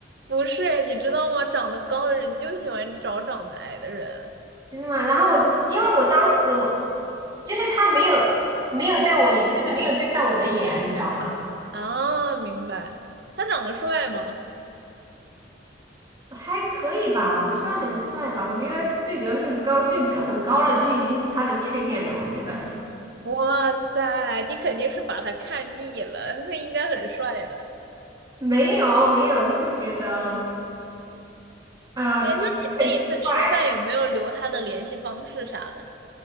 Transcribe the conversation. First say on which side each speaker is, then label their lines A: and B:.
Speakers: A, on the right; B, on the right.
A: 不是，你知道吗？长得高的人就喜欢找长得矮的人，
B: 真的吗？”然后我因为我当时我
A: 对，
B: 就是他没有没有在我眼，就是没有对上我的眼，你知道吗？
A: 啊，明白。他长得帅吗？
B: 还可以吧，不算很帅吧。我觉得最主要是高，最高很高了就已经是他的缺点了。我觉得
A: 哇塞，你肯定是把他看腻了，他应该很帅的。
B: <laughs> 没有没有，就是觉得呃，
A: 哎，
B: 就很奇怪。
A: 那你那一次吃饭有没有留他的联系方式啥的？